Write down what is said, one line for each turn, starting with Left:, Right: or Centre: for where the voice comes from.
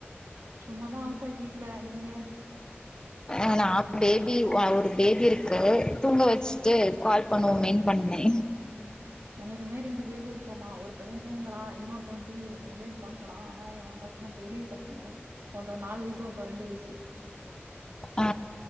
Right: சும்மாதா அவுஸ் வைஃப் வீட்ல நீங்க
Left: அ நா பேபி ஒ ஒரு பேபியிருக்கு தூங்க வச்சிட்டு கால் பண்ணுவோமேன் பண்ணே
Right: எனக்கு மே ரெண்டு பேபியிருக்குமா ஒரு பைய தூங்குறா இன்னொருத்தவ டி வீ மொபைல் பாக்கறா ஆனா என் பசங்க பெரிய பசங்க ஒருத்தவ நாலு வயசு ஒருத்தவ ரெண்டு வயசு <inaudible>
Left: ஆ